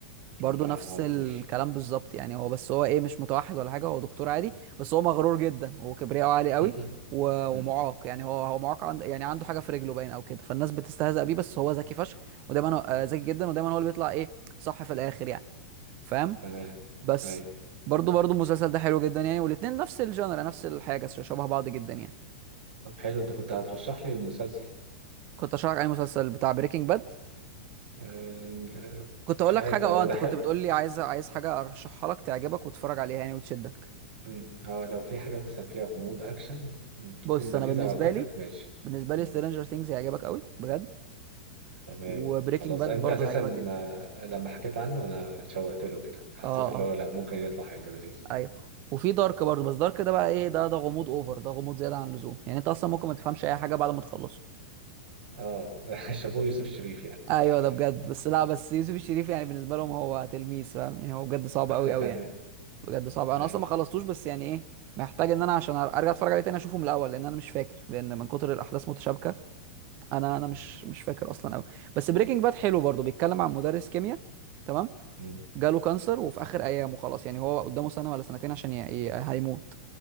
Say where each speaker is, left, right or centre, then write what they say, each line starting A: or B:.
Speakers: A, on the right; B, on the right.
A: برضو
B: لا
A: نفس
B: معرفوش
A: الكلام بالظبط يعني هو بس هو ايه مش متوحد ولا حاجة هو دكتور عادي بس هو مغرور جدا وكبرياءه عالي قوي
B: <laughs>
A: و- ومعاق
B: مم،
A: يعني هو هو معاق عند يعني عنده حاجة في رجله باين او كده فالناس بتستهزأ بيه بس هو ذكي فشخ ودايما هو- آه، ذكي جدا ودايما هو اللي بيطلع ايه صح في الاخر يعني فاهم
B: تمام
A: بس
B: ايوه
A: برضو برضو المسلسل ده حلو جدا يعني والاتنين نفس الجانرا نفس الحاجه ش- شبه بعض جدا يعني
B: طب حلو انت كنت هترشح لي المسلسل
A: كنت اشرح عليه مسلسل بتاع بريكنج باد
B: آه،
A: كنت
B: مش
A: اقول
B: عارف
A: لك حاجه
B: هو
A: اه انت
B: ده حلو
A: كنت بتقول لي عايز عايز حاجه ارشحها لك تعجبك وتتفرج عليها يعني وتشدك
B: مم. اه لو في حاجة مثلا فيها غموض أكشن مم، تكون
A: بص
B: لذيذة
A: انا بالنسبه
B: وعجبتك
A: لي
B: ماشي
A: بالنسبه لي
B: مم.
A: سترينجر ثينجز هيعجبك قوي بجد
B: تمام
A: وبريكنج
B: خلاص
A: باد
B: أنت
A: برضو
B: أساسا
A: هيعجبك جدا
B: آه، لما حكيت عنه أنا اتشوقت له كده حسيت
A: اه
B: اللي
A: اه
B: هو لأ ممكن يطلع حلو لذيذ
A: ايوه وفي دارك برضو بس دارك ده بقى ايه ده ده غموض اوفر ده غموض زياده عن اللزوم يعني انت اصلا ممكن ما تفهمش اي حاجه بعد ما تخلصه
B: اه <laughs> شابوه يوسف شريف يعني
A: ايوه ده بجد
B: مم.
A: بس لا بس يوسف الشريف يعني بالنسبه لهم هو تلميذ فاهم يعني هو بجد صعب
B: <laughs>
A: قوي قوي
B: أيوه
A: يعني بجد صعب انا
B: أيوه
A: اصلا ما خلصتوش بس يعني ايه محتاج ان انا عشان ارجع اتفرج عليه تاني اشوفه من الاول لان انا مش فاكر لان من كتر الاحداث متشابكه انا انا
B: مم.
A: مش مش فاكر اصلا قوي بس بريكنج باد حلو برضه بيتكلم عن مدرس كيمياء تمام
B: مم.
A: جاله كانسر وفي اخر ايامه خلاص يعني هو قدامه سنه ولا سنتين عشان ي... ي... هيموت